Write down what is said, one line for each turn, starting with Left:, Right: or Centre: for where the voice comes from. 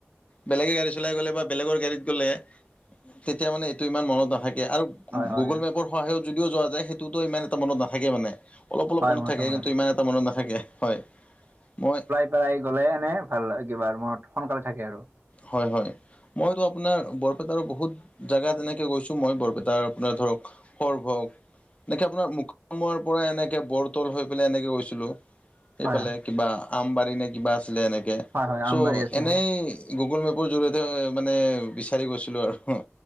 Left: বেলেগে গাড়ী চলাই গ'লে বা বেলেগৰ গাড়ীত গ'লে তেতিয়া মানে সেইটো ইমান মনত নাথাকে আৰু
Right: হয় হয়
Left: গুগল মেপৰ সহায়ত যদিও যোৱা যায় সেইটোতো ইমান এটা মনত নাথাকে মানে। অলপ অলপ
Right: হয়
Left: মনত থাকে,
Right: ৰখা
Left: কিন্তু
Right: হয়
Left: ইমান এটা মনত নাথাকে হয়। মই
Right: স আহি গ'লে এনে ভাল কিবা মনত সোনকালে থাকে আৰু।
Left: হয় হয় মইতো আপোনাৰ ব জাগা তেনেকে গৈছো মই বৰপেটাৰ আপোনাৰ ধৰক সৰভোগ এনেকে আপোনাৰ মুকালমুৱাৰ পৰা এনেকে বৰতল হৈ পেলাই এনেকে গৈছিলোঁ। সেইফালে
Right: হয়
Left: কিবা আমবাৰী নে কিবা আছিলে এনেকে।
Right: হয় হয়
Left: চ'
Right: আমবাৰী আছে
Left: এনেই গুগল মেপৰ জৰিয়তে মানে বিচাৰি গৈছিলোঁ আৰু।